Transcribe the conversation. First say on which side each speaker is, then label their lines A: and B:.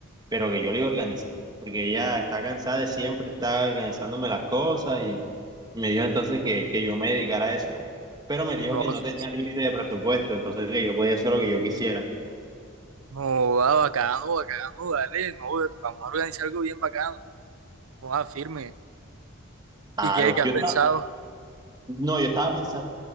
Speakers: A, on the right (about 20°); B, on the right (about 75°).
A: pero que yo le iba a organizar, porque ella está cansada de siempre estar organizándome las cosas y me dijo entonces que, que yo me dedicara a eso ya. Pero me dijo
B: No,
A: que no
B: sí,
A: tenía límite
B: sí.
A: de presupuesto, entonces que yo podía hacer lo que yo quisiera.
B: No, va, bacano, bacano, dale, no, vamos a organizar algo bien bacano. Vamos a firme.
A: Claro,
B: ¿Y qué, qué
A: yo
B: has pensado?
A: estaba, no, yo estaba pensando